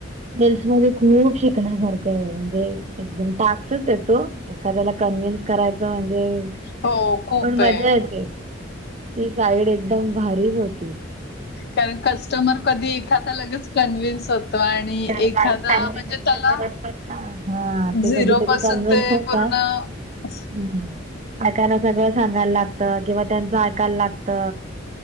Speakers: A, on the right; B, on the left.
A: मेल्स मध्ये खूप शिकण्यासारखं आहे म्हणजे एकदम टास्सच येतो. एखाद्याला कन्व्हिन्स करायच म्हणजे.
B: हो खूप
A: पण
B: आहे.
A: मज्जा येते ती साईड एकदम भारीच होती.
B: कार कस्टमर कधी एखादा लगेच कन्व्हन्स होतो आणि.
A: का
B: एखादा
A: काही चांगले
B: म्हणजे
A: कस्टमर
B: त्याला
A: असतात ना हा ते
B: झिरो
A: कधीतरी
B: पासून
A: कन्व्हिन्स
B: ते
A: होता.
B: पूर्ण हो
A: हम यकायना सगळं सांगायला लागत किंवा त्यांचं ऐकायला लागत.